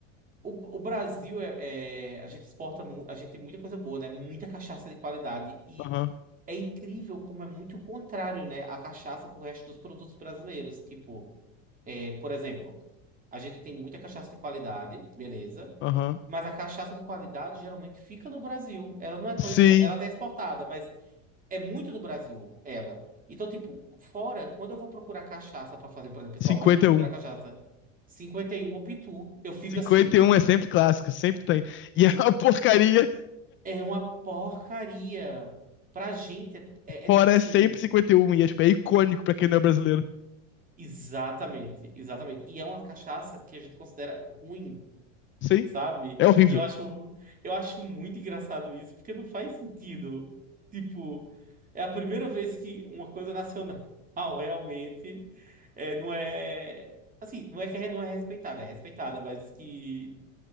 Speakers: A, on the right; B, on the left.
A: O, o Brasil é, é- a gente exporta, mu- a gente tem muita coisa boa, né? Muita cachaça de qualidade e
B: Aham,
A: é incrível como é muito o contrário, né? A cachaça pro resto dos produtos brasileiros, tipo, é, por exemplo, a gente tem muita cachaça de qualidade, beleza?
B: aham.
A: Mas a cachaça de qualidade geralmente fica no Brasil. Ela não é tão
B: Sim.
A: expo- ela tá exportada, mas é muito do Brasil, ela. Então, tipo, fora, quando eu vou procurar cachaça pra fazer, por
B: cinquenta
A: exemplo, o pessoal
B: cinquenta
A: vai procurar
B: e um
A: cachaça 51 ou Pitu, eu fico
B: cinquenta
A: assim,
B: e um é sempre clássico, sempre tem. E é uma porcaria,
A: é uma porcaria. Pra gente, é, é-
B: fora
A: é tipo assim,
B: é sempre cinquenta E um E é, tipo, é icônico pra quem não é brasileiro.
A: exatamente, exatamente. E é uma cachaça que a gente considera ruim.
B: Sim,
A: sabe?
B: é horrível.
A: E eu acho, eu acho muito engraçado isso, porque não faz sentido. Tipo, é a primeira vez que uma coisa nacional <laughs> realmente é, não é. Assim, não é que é, não é respeitada, é respeitada, mas que